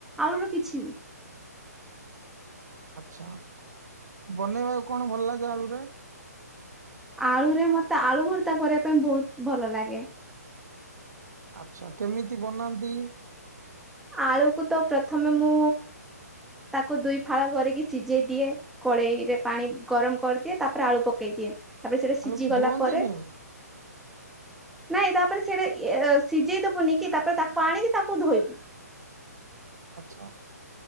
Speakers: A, in the centre; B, on the right.
A: ଆଳୁର କିଛି ବି
B: ଆଚଛା ବନେଇବାକୁ କଣ ଭଲ ଲାଗେ ଆଳୁରେ
A: ଆଳୁରେ ମତେ ଆଳୁ ଭର୍ତ୍ତା କରିବା ପାଇଁ ବହୁତ ଭଲ ଲାଗେ
B: ଆଚ୍ଛା କେମିତି ବନାନ୍ତି।
A: ଆଳୁକୁ ତ ପ୍ରଥମେ ମୁଁ ତାକୁ ଦୁଇ ଫାଳ କରିକି ସିଝେଇ ଦିଏ। କଡ଼େଇ ରେ ପାଣି ଗରମ କରିଦିଏ ତାପରେ ଆଳୁ ପକେଇ ଦିଏ। ତାପରେ ସେଟା
B: ଆଳୁକୁ
A: ସିଝି ଗଲା
B: ଧୁଅନ୍ତିନି
A: ପରେ। ନାଇଁ ତାପରେ ସେଇଟା ସିଝେଇ ଦବୁନି କି ତାପରେ ତାକୁ ଆଣିକି ତାକୁ ଧୋଇବୁ।
B: ଆଛା